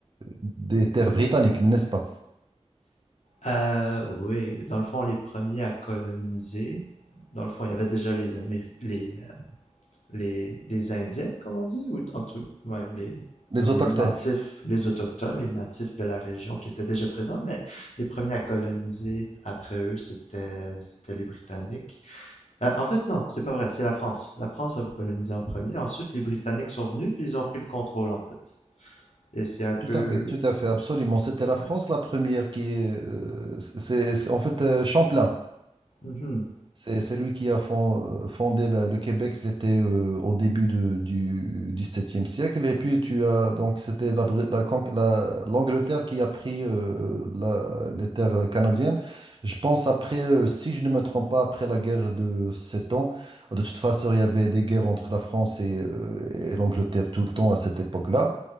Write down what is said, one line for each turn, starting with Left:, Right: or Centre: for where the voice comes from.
Right: des terres britanniques, n'est-ce pas?
Left: Euh, oui, dans le fond, les premiers à coloniser, dans le fond, il y avait déjà les Améri- les, euh, les, les Indiens, comme on dit, ou en tout, ouais, les,
Right: Les
Left: comme
Right: autochtones.
Left: les natifs, les autochtones, les natifs de la région qui étaient déjà présents, mais les premiers à coloniser après eux, c'était, c'était les Britanniques. Euh, en fait, non, c'est pas vrai, c'est la France. La France a colonisé en premier, ensuite les Britanniques sont venus, puis ils ont pris le contrôle, en fait. Et c'est un peu...
Right: Tout à fait, tout à fait, absolument. C'était la
Left: Ouais.
Right: France la première qui est, euh, c'est, c'est- en fait euh, Champlain.
Left: Mhm.
Right: C'est c'est lui qui a fon- euh, fondé la- le Québec. C'était euh, au début de- du XVIIe siècle. Et puis tu as donc c'était la, Bri- la con- la- l'Angleterre qui a pris euh, la- les terres canadiennes. Je pense après, euh, si je ne me trompe pas, après la guerre de Sept Ans. De toute façon, il y avait des guerres entre la France et, euh, et l'Angleterre tout le temps à cette époque-là.